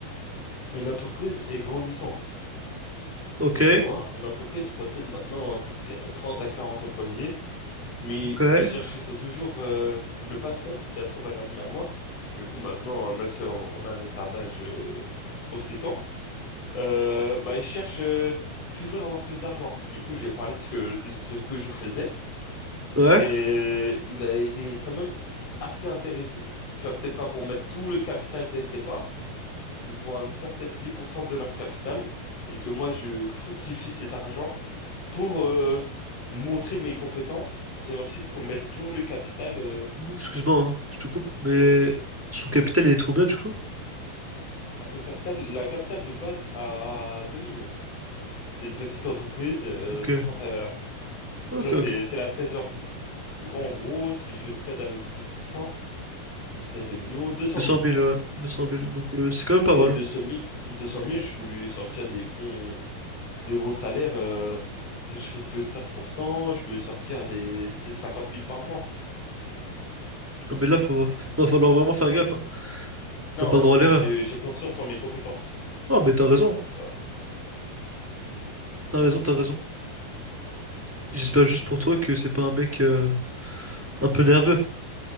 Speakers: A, on the left; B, in the centre.
A: Et l'entreprise est grandissante.
B: Ok,
A: Tu vois, l'entreprise possède maintenant plus de qua- 30 à 40 employés, mais
B: ok.
A: ils cherchaient sur- toujours euh, le patron, qui est un très bon ami à moi. Du coup, maintenant, euh, même si on on a un écart d'âge euh, conséquent, euh, bah, ils cherchent euh, toujours à avoir plus d'argent. Du coup, j'ai parlé ce que, de ce que je faisais.
B: Ouais.
A: Et euh, il a- il est quand même assez intéressé. Tu vas peut-être pas pour mettre tout le capital dès le départ, mais pour investir peut-être 10% de leur capital et que moi je fructifie cet argent pour euh, montrer mes compétences et ensuite qu'on mette tout le capital euh,
B: Excuse-moi, hein, je te coupe, mais son capital il est de combien du coup?
A: à son capital, la capitale de base à 2 millions. C'est une petite entreprise, euh,
B: Ok,
A: 50 à-
B: ok,
A: tu vois,
B: ok.
A: c'est c'est la trésorerie. Du coup, en gros, si je trade avec 10%, ce serait 2 millions 200
B: 200
A: 000.
B: 000, ouais. 200 000, donc euh, c'est quand même pas
A: Et
B: mal.
A: 200 000, 200 000, je peux lui sortir des bons, des bons salaires. euh, si je risque que 5%, je peux lui sortir des peut-être 50 000 par mois.
B: Ah, mais là, faut... <laughs> va falloir vraiment faire gaffe, hein.
A: Non,
B: T'as pas le droit à l'erreur.
A: j'ai j'ai confiance en mes compétences.
B: Ah, mais t'as raison,
A: Ça va.
B: t'as raison, t'as raison. J'espère juste pour toi que c'est pas un mec euh, un peu nerveux.